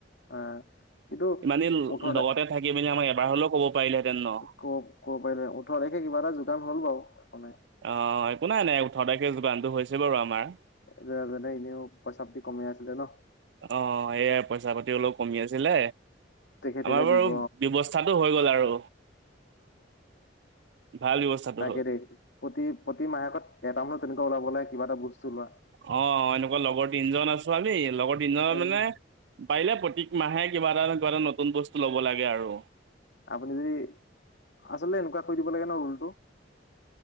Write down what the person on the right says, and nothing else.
ইমান দিন
লগতে থাকি পিনে আমাৰ এবাৰ হলেও কব পাৰিলেহেঁতেন ন-
অ একো নাই নাই ওঠৰ তাৰিখে যোগানটো হৈছে বাৰু আমাৰ
অ এইয়াই পইচা পাতি অলপ কমি আছিলে
আমাৰ
বাৰু
ব্যৱস্থাতো হৈ গ'ল আৰু ভাল ব্যৱস্থাতো
অ এনেকোৱা লগৰ তিনিজন আছো আমি লগৰ তিনিজনৰ
মানে- পাৰিলে প্ৰত্যেক মাহে কিবা এটা নহয় কিবা এটা নতুন বস্তু লব লাগে আৰু